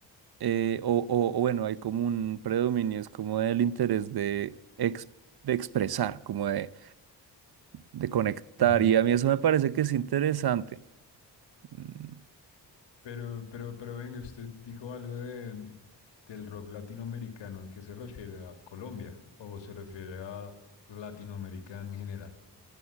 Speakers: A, on the right (about 55°); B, on the left (about 75°).
A: eh, o, o- o bueno, hay como un predominio, es como el interés de, ex- de expresar, como de, de conectar,
B: Ujú.
A: y a mí eso me parece que es interesante. Mm,
B: Pero, pero, pero venga, usted dijo algo de, del rock latinoamericano. ¿A qué se refiere? ¿A Colombia? ¿O se refiere a Latinoamérica en general?